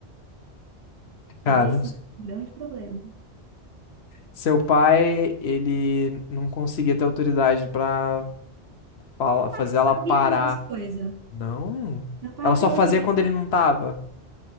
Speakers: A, on the left; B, on the right.
A: Cara,
B: Aí esse é um grande problema.
A: seu pai, ele não conseguia ter autoridade pra fala-
B: Meu pai
A: fazer
B: nem sabia
A: ela parar.
B: dessas coisas.
A: Não.
B: Meu pai
A: Ela
B: até
A: só fazia
B: hoje ele deve
A: quando ele não tava.